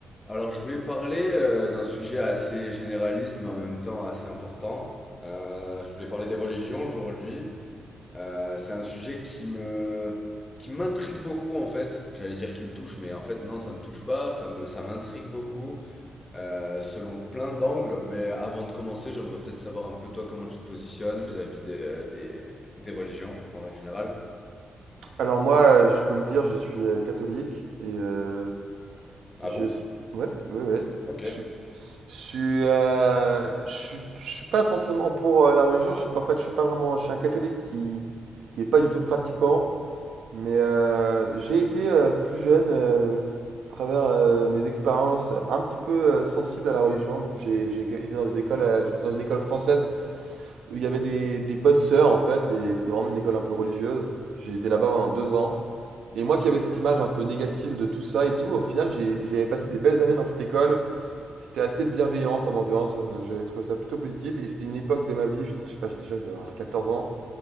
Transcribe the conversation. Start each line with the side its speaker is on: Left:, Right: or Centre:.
Left: Alors, je voulais parler euh, d'un sujet assez généraliste, mais en même temps assez important. Euh, je voulais parler des religions aujourd'hui. Euh, c'est un sujet qui me, qui m'intrigue beaucoup en fait. J'allais dire qui me touche, mais en fait non, ça me touche pas. Ça me, ça m'intrigue beaucoup, euh, selon plein d'angles. Mais avant de commencer, j'aimerais peut-être savoir un peu toi comment tu te positionnes vis-à-vis des, des, des religions en règle générale.
Right: Alors moi, euh, je peux le dire, je suis euh, catholique et euh,
Left: Ah
Right: j'ai...
Left: bon?
Right: Ouais, ouais, ouais.
Left: Ok.
Right: Je suis, je suis, euh, je suis, je suis pas forcément pour euh, la religion. Je suis pas, en fait, je suis pas vraiment. Je suis un catholique qui, qui est pas du tout pratiquant. Mais euh, j'ai été euh, plus jeune, euh, à travers euh, mes expériences, un petit peu euh, sensible à la religion. J'ai, j'ai été dans des écoles, euh, j'étais dans une école française où il y avait des, des bonnes sœurs en fait, et c'était vraiment une école un peu religieuse. J'ai été là-bas pendant deux ans. Et moi qui avais cette image un peu négative de tout ça et tout, au final, j'ai j'ai passé des belles années dans cette école. C'était assez bienveillant comme ambiance. euh, J'ai trouvé ça plutôt positif. Et c'était une époque de ma vie, je je sais pas, j'étais jeune, je devais avoir 14 ans